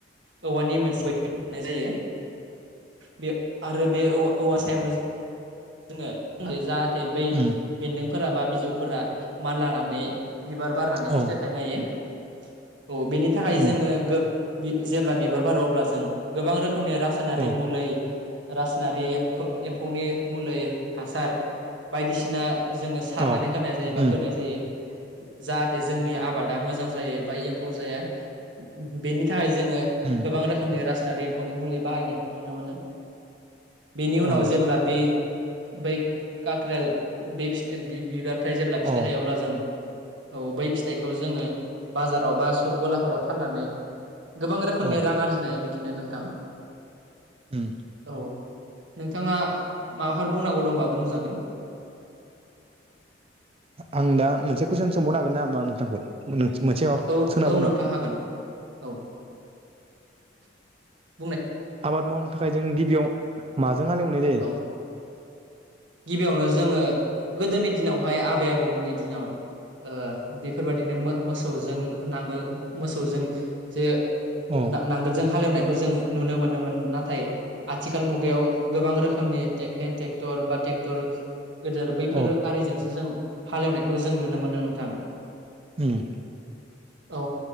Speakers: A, on the right; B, on the right.
A: औवानि मोनसे बै लानाय जायो बे आरो बे औ औवा सायावनो जोङो <unintelligible> जाहाथे बै
B: उम
A: बेदों फोरा बा बिजौफोरा मानलानानै बिबार बारनानै
B: औ
A: फिथाइ थाइनो हायो। औ बेनि थाखाय
B: उम
A: जोङो गो बि जेब्ला बिबार बारो अब्ला जों गोबां रोखोम रोखोमनि रासायनारि
B: औ
A: मुलै रासनारि एम्फो एम्फौनि मुलै हासार बायदिसिना जोङो सारनानै
B: औ
A: होनाय जायो बा
B: उम
A: होनाय
B: अ
A: जायो जाहाथे जोंनि आबादा मोजां जायो बा एम फौ जाया बेनि थाखाय जोङो
B: उम
A: गोबां रोखोमनि रास नारि एम्फौनि मुलि बाहायनायखौ नुनो मोनो। बेनि उनाव
B: अ
A: जेब्ला बे बै काक्रेल बे फिथाइ बि बिबारनिफ्राय जेब्ला फिथाइ
B: औ
A: थायो अब्ला जों औ बै फिथाइखौ जोङो बाजाराव बा सक गलाफोराव फाननानै गोबां रोखोमनि
B: औ
A: रां आरजिनो हायो बिदिनो नोंथां।
B: उम
A: औ। नोंथाङा माबाफोर बुंनांगौ दंबा बुंजागोन।
B: आं दा मोनसे कुइसन
A: कुइसन
B: सोंबावनो हागोन नामा नोंथांखौ
A: सोंबावनो
B: मोनसे माबा
A: हागोन
B: सोनाबावनो
A: नामा नोंथांखौ? <inaudible>
B: आबाद मावनो थाखाय जों गिबियाव माजों हालेवनाय जायो?
A: औ गिबियावनो जोङो गोदोनि दिनावहाय आबै आबौमोननि दिनाव ओ बेफोरबायदिनो मो मोसौजों नांगोल मोसौजों जे
B: अ
A: ना नांगोलजों हालेवनायखौ जों नुनो मोनोमोन नाथाय आथिखाल मुगायाव गोबां रोखोमनि ते हेन्द ट्रेक्टर बा ट्रेक्टर गोदोर बैफोर
B: अ
A: आरिजोंसो जों हालेवनायखौ जों नुनो मोनो नोंथां।
B: उम
A: औ।